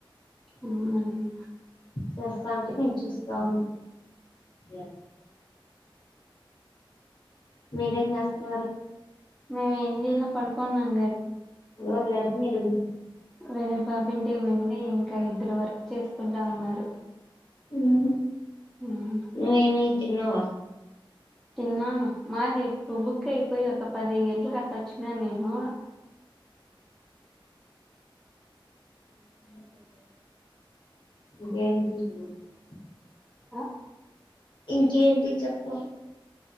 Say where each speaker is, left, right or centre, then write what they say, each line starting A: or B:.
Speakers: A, in the centre; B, on the left.
A: అ
B: చేస్తా అంటే నేను చూస్తా ఉను అ మీరేజ నస్తు
A: మేము ఏం చేయలే పడుకున్నాం
B: వెలార మీరు
A: వెనపాపి ఇంటికి వెంది ఇంకా ఇద్దరు వర్క్ చేసుకుంటా ఉన్నారు
B: ఉ
A: ఉమ్.
B: నువేన్తర్ నవవా
A: తిన్నాను మాది ఇప్పు బుక్యిపోయి ఒక పది ఎంట కరె వచ్చిన నేను
B: క
A: ఆ
B: ఇంకేంటి చెప్పాలి